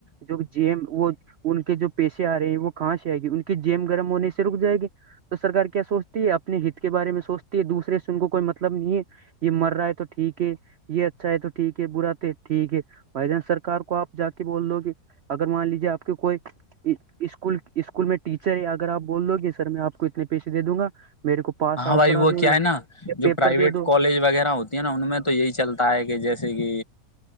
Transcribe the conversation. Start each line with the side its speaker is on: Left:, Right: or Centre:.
Right: جو جیم وہ ان کے جو پیسے آ رہے ہیں وہ کہاں سے آئے گی ان کی جیم گرم ہونے سے رک جائے گی تو سرار کیا سوچتی ہے اپنے ہت کے بارے میں سوچتی ہے دوسرے سے ان کو کوئی مطلب نہیں ہے یہ مر رہا ہے تو ٹھیک ہے یہ اچھا ہے تو ٹھیک ہے برا تو ٹھیک ہے بھائی جانس سرک کو آپ جا کے بول دو گ اگر مان لیجیے آپ کے کوئی اسکول اسکول میں ٹیچر ہے اگر آپ بول دو گے سر میں آپ کو اتنے پیسے دے دوں گا میرے کو پاس
Left: ہاں
Right: آؤٹ
Left: بھائی
Right: کرا
Left: وہ
Right: دو
Left: کیا
Right: یا
Left: ہے نا
Right: یا پیپر
Left: جو پرائیویٹ
Right: دے دو
Left: کالج وغیرہ ہو نا ان میں تو یہی چلتا ہے کہ جیسے کہ